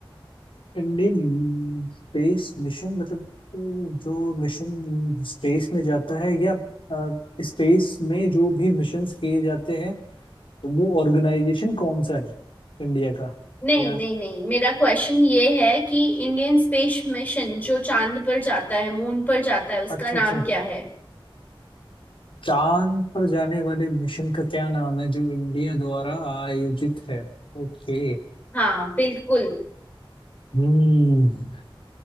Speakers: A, on the left (about 70°); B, on the left (about 20°).
A: इंडियन स्पेस मिशन मतलब अ, जो मिशन स्पेस में जाता है या अ, स्पेस में जो भी मिशंस किए जाते हैं वो ऑर्गेनाइजेशन कौन सा है इंडिया का
B: नहीं
A: या
B: नहीं नहीं मेरा क्वेश्चन ये है कि इंडियन स्पेस मिशन जो चांद पर जाता है मून पर जाता है उसका
A: अच्छा
B: नाम
A: अच्छा
B: क्या है
A: चांद पर जाने वाले मिशन का क्या नाम है जो इंडिया द्वारा आयोजित है ओके
B: हाँ बिल्कुल
A: हम्म